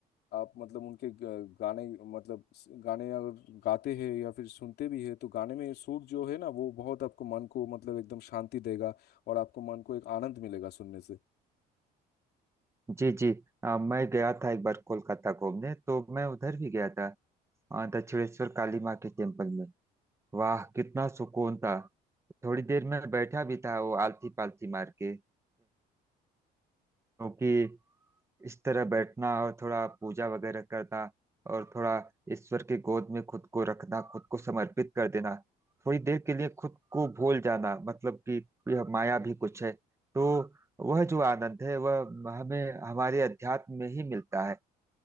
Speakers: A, on the left (about 70°); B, on the right (about 15°).
A: आप मतलब उनके ग- गाने मतलब स- गाने अगर गाते हैं या फिर सुनते भी हैं तो गाने में सुर जो है ना वो बहुत आपको मन को मतलब एकदम शांति देगा और आपको मन को एक आनंद मिलेगा सुनने से
B: जी जी आ, मैं गया था एक बार कोलकाता घूमने तो मैं उधर भी गया था आ, दक्षिणेश्वर काली माँ के टेम्पल में वाह कितना सुकून था थोड़ी देर में बैठा भी था वो आलती पालती मार के क्योंकि इस तरह बैठना और थोड़ा पूजा वगैरह करना और थोड़ा ईश्वर की गोद में खुद को रखना खुद को समर्पित कर देना थोड़ी देर के लिए खुद को भूल जाना मतलब कि यह माया भी कुछ है तो वह जो आनंद है वह हमें हमारे अध्यात्म में ही मिलता है